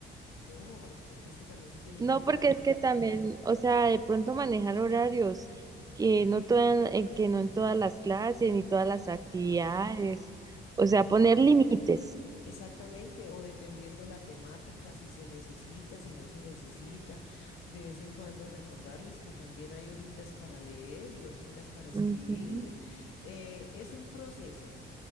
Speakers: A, on the left; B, on the right.
A: No, a- porque es que también se tienen
B: No,
A: que aprender.
B: porque es que también, o sea, de pronto manejar horarios que no toda- en que no en todas las clases ni todas las actividades, o sea, poner límites.
A: Exactamente, o dependiendo la temática, si se necesita, si no se necesita, de vez en cuando recordarles que también hay hojitas para leer y hojitas para escribir.
B: Ujú.
A: Eh, es un proceso,